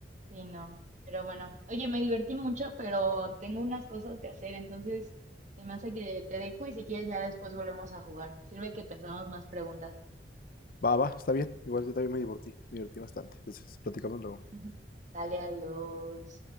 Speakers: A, on the right (about 45°); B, on the left (about 55°).
A: sí, no. Pero bueno, oye, me divertí mucho, pero tengo unas cosas que hacer, entonces se me hace que te dejo y si quieres ya después volvemos a jugar. Sirve que pensamos más preguntas.
B: Va, va, está bien. Igual yo también me divertí, me divertí bastante. Entonces, platicamos luego.
A: <laughs> Dale, adiós.